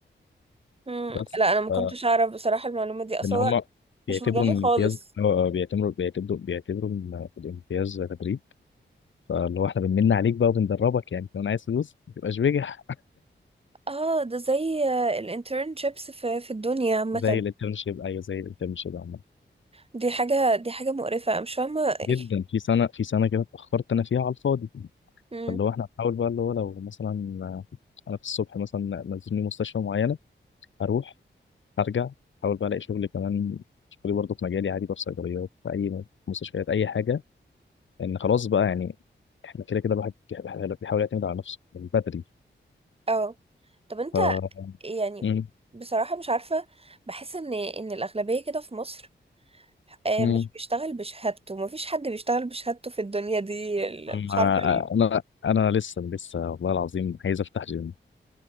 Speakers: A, on the right; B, on the left.
A: مم.
B: بس
A: لا انا ما كنتش
B: آه،
A: اعرف بصراحة المعلومة دي اصلا
B: لان هم بيعتبروا
A: مش مجالي
B: ان
A: خالص
B: الامتياز آه، بيعتبروا بيعتبروا بيعتبروا ان الامتياز تدريب فاللي هو احنا بنمن عليك بقى وبندربك يعني لو انا عايز فلوس ما تبقاش بجح
A: اه ده زي الانترنشيبس في في الدنيا عامة
B: زي الانترنشيب ايوه زي الانترنشيب عامه
A: دي حاجة دي حاجة مقرفة أنا مش فاهمة ايه
B: جدا في سنه في سنه كده اتاخرت انا فيها على الفاضي
A: <laughs> مم.
B: فاللي هو احنا هنحاول بقى اللي هو لو مثلا آه، انا في الصبح مثلا نزلني مستشفى معينه اروح ارجع احاول بقى الاقي شغل كمان شغلي برضه في مجالي عادي بقى في صيدليات في اي مستشفيات اي حاجه لان خلاص بقى يعني احنا كده كده الواحد بيح- بيحاول يعتمد على نفسه من بدري
A: اه طب انت
B: ف
A: يعني
B: مم.
A: بصراحة مش عارفة بحس ان ان الأغلبية كده في مصر آه،
B: مم.
A: مش بيشتغل بشهادته مفيش حد بيشتغل بشهادته في الدنيا دي ال-
B: ما-
A: مش عارفة ليه
B: انا انا لسه لسه والله العظيم عايز افتح جيم